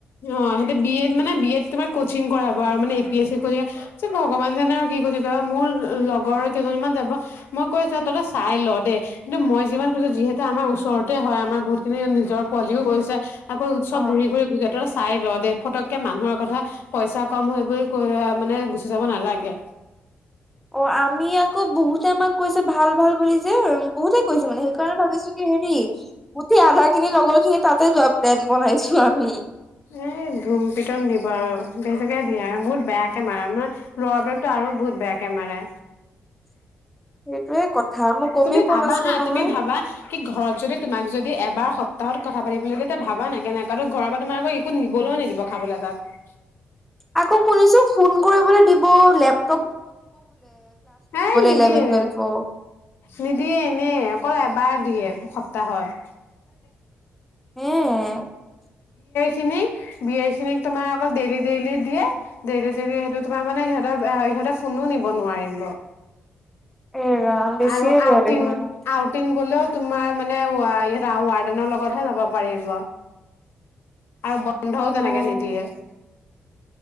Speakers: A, on the left (about 65°); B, in the centre.
A: অ সেইটো বি এড মানে বি এড তোমাৰ কচিং কৰাব আৰু মানে এ পি এছি ক যে ভগৱান জাননে আৰু কি কৰিৈছে <unintelligible> মোৰ লগৰ কেইজনমান যাব মই কৈছ ততে চাই ল দে কিন্তু মই যিমান কৈছো যিহেতু আমাৰ ওচৰতে হয় আমাৰ বহুত খিনি নিজৰ পোৱালিও গৈছে আকৌ উৎব
B: অ
A: <unintelligible> ঘূৰি ঘূৰি গুজৰাটত চাই ল দে ফটককে মানুহৰ কথা পইচা কম হৈ বুলি কৈ মানে গুচি যাব নালাগে
B: অ আমি আকৌ বহুতে আমাক কৈছে ভাল ভাল বুলি যে বহুতে কৈছে মানে সেইকাৰণে ভাবিছো কি হেৰি গোটেই আধা ন <unintelligible> লগৰখিনি তাতে যোৱা প্লেট বনাইছো আমি
A: এই ধুম পিটন দিব আৰু বেছিকে <unintelligible> দিয়ো বহুত বেয়াকে মাৰে মানে ল'ৰাবিলাকতো আৰু বহুত বেয়াকে মাৰে,
B: সেইটোয়ে <unintelligible> কথা মই গমেই
A: তুমি
B: পোৱা
A: ভাবা
B: নাছিলো
A: হা
B: নহয়
A: তুমি ভাবা কি ঘৰত যদি তোমাক যদি এবাৰ, তাহত <unintelligible> কথা পাতিলৈ যেতিয়া ভাবা নাই কেনেকুৱ <unintelligible> তো ঘৰৰ পৰা তোমাৰ আকৌ একো নিবলৈও নিদিব খাবলৈ তাত
B: আকৌ শুনিছো ফোন কৰিবলৈ দিব লেপ <unintelligible>
A: এ নিদিয়ে
B: ইলেভেন টুৱেলভৰ
A: নিদিয়ে এনে অকল এবাৰ <unintelligible> সপ্তাহত
B: উম।
A: বি খিনিক তোমাৰ অকল ডেইলি ডেইলি দিয়ে ডেইলি ডেইলি স <unintelligible> তোমাৰ মানে সহ সহ <unintelligible> ফোনো নিব নোৱাৰম
B: এ ৰাম বেছিয়ে
A: আৰু
B: বেয়া
A: আউটিং-আউটিং
B: দেখোন
A: গলেও তোমাৰ মানে ৱাইড ৱাৰ্ডেনৰ লগতহে যাব পাৰিব। আৰু বন্ধও
B: অ',
A: তেনেকে নিদিয়ে। <inaudible>